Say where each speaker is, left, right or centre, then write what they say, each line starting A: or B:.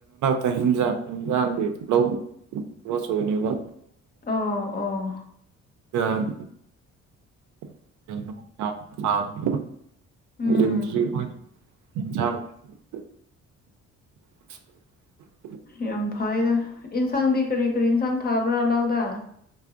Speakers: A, on the right (about 75°); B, on the left (about 30°).
A: ꯑꯩ ꯍꯤꯟꯖꯥꯡ ꯌꯦꯟꯖꯥꯡꯗꯤ ꯂꯧ ꯊ ꯁꯨꯅꯦꯕ
B: ꯑꯣ ꯑꯣ
A: ꯑ <unintelligible> ꯔꯤ
B: ꯎꯝ
A: <unintelligible>
B: ꯌꯥꯝ ꯐꯩꯗ ꯑꯦꯟꯁꯥꯡꯗꯤ ꯀꯔꯤ ꯀꯔꯤ ꯏꯟꯁꯥꯡ ꯊꯥꯕ꯭ꯔꯥ ꯂꯧꯥꯎꯗꯥ